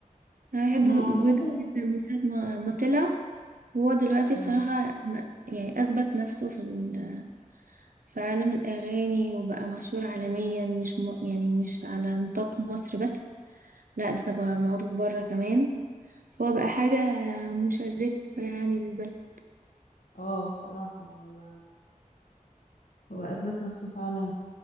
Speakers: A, on the right; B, on the left.
A: انا بحب
B: انا بحب
A: ويجز جدا من ساعه ما ما طلع وهو دلوقتي
B: اه
A: بصراحه بقى- يعني اثبت نفسه في ال... في عالم الاغاني وبقى مشهور عالميا مش م... يعني مش على نطاق مصر بس لا ده بقى معروف بره كمان هو بقى حاجة مشرفة يعني للبلد
B: اه بصراحة هو هو اثبت نفسه فعلا